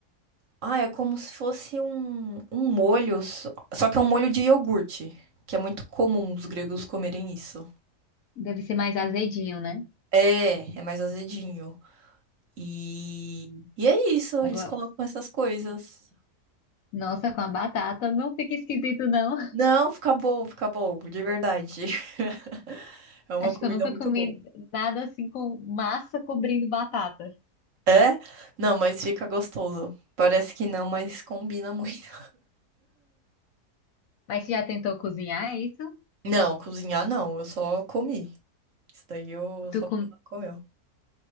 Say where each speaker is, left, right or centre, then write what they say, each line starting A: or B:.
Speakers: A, on the right; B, on the left.
A: Ah, é como se fosse um, um molho, só só que é um molho de iogurte, que é muito comum os gregos comerem isso.
B: Deve ser mais azedinho, né?
A: É, é mais azedinho. E, e é isso, eles
B: Agora,
A: colocam essas coisas.
B: nossa, com a batata, não fica esquisito, não.
A: Não, fica bom, fica bom, de verdade. <laughs>
B: <laughs>
A: É uma
B: Acho
A: comida
B: que eu nunca
A: muito
B: comi
A: boa.
B: nada assim com massa cobrindo batata.
A: É? Não, mas fica gostoso. Parece que não, mas combina <laughs> muito.
B: Mas você já tentou cozinhar isso?
A: Não, cozinhar não, eu só comi. Isso daí eu eu
B: Tu
A: só fui
B: com-
A: lá e comeu.